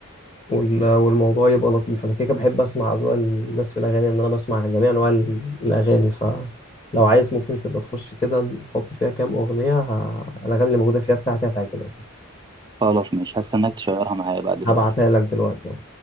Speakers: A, on the left; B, on the right.
A: وال- والموضوع يبقى لطيف انا كده كده بحب اسمع اذواق الناس في الاغاني ان انا بسمع جميع انواع ال- الاغاني فلو عايز ممكن تبقى تخش كده تحط فيها كام اغنيه ه... الاغاني اللي موجوده فيها بتاعتي هتعجبك
B: خلاص ماشي هستناك تشيرها معايا بقى دلوقتي
A: هبعتها لك دلوقتي اهو